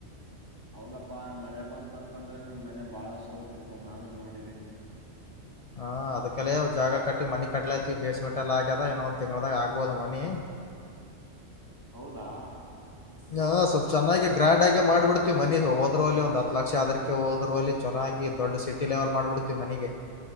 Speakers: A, on the right; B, on the left.
A: ಹೌದಪ್ಪಾ ಮಳೆ ಬಂತಂತಂದ್ರೆ ನಿಮ ಮನೆ ಬಾಳ ಸುರ್ತಿತ್ತು ನಾನು ನೋಡಿದ್ದೀನಿ
B: ಹಾ ಅದಕಲೇ ಜಾಗ ಕಟ್ಟಿ ಮನಿ ಕಟ್ಲಾತಿ ಬೇಸ್ಮೆಂಟ್ ಎಲ್ಲ ಆಗ್ಯದ ಇಏನೊಂದ್ ತಿಂಗಳದಾಗ ಆಗ್ಬೋದ ಮನಿ
A: ಹೌದಾ
B: ಹ ಸ್ವಲ್ಪ್ ಚೆನ್ನಾಗಿ ಗ್ರ್ಯಾಂಡ್ ಆಗಿ ಮಾಡ್ಬಿಡ್ತಿವಿ ಮನ ಹೋದ್ರರು ಅಲ್ಲಿ ಒಂದ್ ಹತ್ ಲಕ್ಷ ಅದಕ್ಕೆ ಹೋದ್ರರು ಅಲ್ಲಿ ಚೆನ್ನಾಗಿ ಈ ದೊಡ್ ಸಿಟಿ ಲೆವೆಲ್ ಮಾಡ್ಬಿಡ್ತಿವಿ ಮನಗೆ